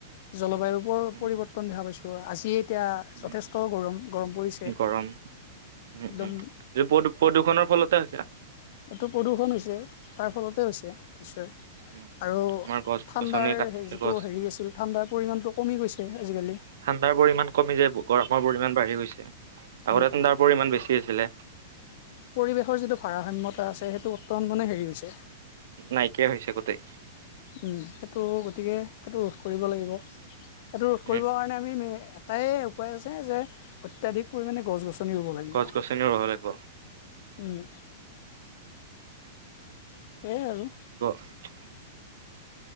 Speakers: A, on the left; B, on the right.
A: জলবায়ুৰৰ
B: উম
A: পৰিৱৰ্তন দেখা পাইছো আজি। এতিয়া
B: উম
A: যথেষ্ট গৰম গৰম পৰিছে।
B: গৰম উম
A: একদম
B: উমদ প্ৰদূষণৰ ফলতে আ হৈছে।
A: এইটো প্ৰদূষণ হৈছে তাৰ ফলতে হৈছে নিশ্চয়।
B: উম
A: আৰু
B: আমাৰ গছ
A: ঠাণ্ডাৰ
B: গছনি কাটি
A: যিটো
B: গছ
A: হেৰি আছিল ঠাণ্ডাৰ পৰিমাণটো কমি গৈছে আজিকাল।
B: ঠাণ্ডাৰ পৰিমাণ কমি যায় গৰমৰ পৰিমাণ বাঢ়ি গৈছে।
A: উম,
B: আগতে তাৰ পৰিমান বেছি আছিলে।
A: পৰিৱেশৰ যিটো ভাৰসাম্যতা আছে সেইটো উত্তম মানে হেৰি হৈছে।
B: নাইকিয়া হৈছে গোটেই
A: উম সেইটো গতিকে সেইটো। কৰিব লাগিব। সেইটো ৰোধ কৰিবৰ
B: উম
A: কাৰণে আমি এটাই উপায় আছে যে, অত্যাধিক পৰিমাণে গছ গছনি ৰুব লাগিব
B: গছ গছনি ৰুব লাগিব।
A: উম। সেইয়ে আৰু।
B: গ <unintelligible>